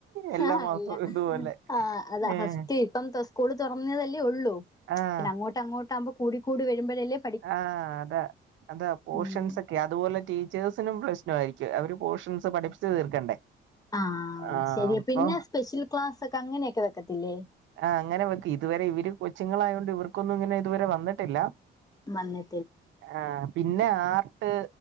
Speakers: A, on the right (about 70°); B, on the left (about 20°).
A: എല്ലാ
B: ആഹല്ല
A: മാസവും ഇതുപോലെ
B: ആ് അതാ
A: ഏഹ്
B: ഫസ്റ്റ് ഇപ്പം സ്കൂള് തുറന്നതല്ലേ ഉള്ളൂ
A: ആഹ്
B: അങ്ങോട്ടുമ്പോ കൂട കൂടിരുമ്പഴല്ലേ
A: ആഹ അതാ അത പോഷൻ
B: ഉം
A: സ അതുപോലെ ടീേഴസിനും പ്ര്ലശ്നു ആയിരിക്കും അവര് പോർഷൻസ് പഠിപ്പിച്ച് തീർക്കണ്ടേ
B: ആഹ
A: ആഹ്
B: ശരി
A: അപ്പൊ
B: പിന്നെ സ്പെഷ്യൽ ക്ലാസ് ഒക്കെ അങ്ങനെയൊക്കെ വെക്കത്തില്ലേ
A: ആ അങ്ങനെ വെക്കെ ഇതുവരെ ഇവര് കൊച്ചുങ്ങളായൊണ്ട് ഇവർക്കൊന്നും ഇങ്ങനെ ഇതുവരെ വന്നിട്ടില്ല
B: മല്ല
A: ആ പിന്നെ ആർട്ട്